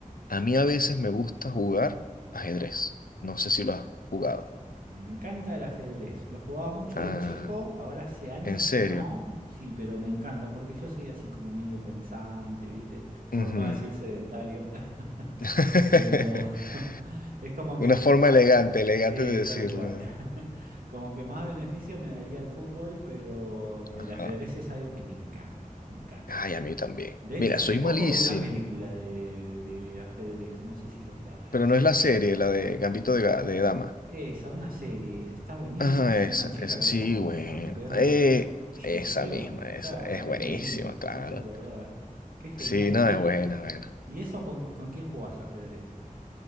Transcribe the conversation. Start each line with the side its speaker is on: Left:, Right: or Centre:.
Left: a mí a veces me gusta jugar ajedrez. No sé si lo has jugado.
Right: Me encanta el ajedrez. Lo jugaba mucho
Left: Ah,
Right: de chico, ahora hace años
Left: ¿en serio?
Right: que no. Sí, pero me encanta porque yo soy así como medio pensante, ¿viste? Por
Left: Ujú.
Right: no decir sedentario. <laughs>
Left: <laughs>
Right: Pero <laughs> es como que
Left: Una forma
Right: más...
Left: elegante, elegante
Right: Sí,
Left: de decirlo.
Right: tal cual. <laughs> Como que más beneficio me daría el fútbol, pero el
Left: Ajá.
Right: ajedrez es algo que me encanta, me encanta.
Left: Ay, a mí también.
Right: De
Left: Mira,
Right: hecho, hace
Left: soy
Right: poco
Left: malísimo,
Right: vi una película de, de ajedrez, no sé si vos la habrás
Left: pero
Right: visto.
Left: no es la serie, la de Gambito de, Ga- de Dama.
Right: Esa, una serie, esa, está buenísima.
Left: Ah, esa,
Right: Una chica
Left: esa,
Right: que
Left: sí,
Right: es como
Left: bueno.
Right: campeona.
Left: Eh,
Right: Qué
Left: esa
Right: buena
Left: misma,
Right: que está,
Left: esa, es
Right: mirá
Left: buenísima,
Right: qué lindo, me
Left: claro.
Right: hiciste acordar. Qué genial.
Left: Sí, no,
Right: ¿Y,
Left: es buena, es buena.
Right: y eso con, con quién jugás ajedrez?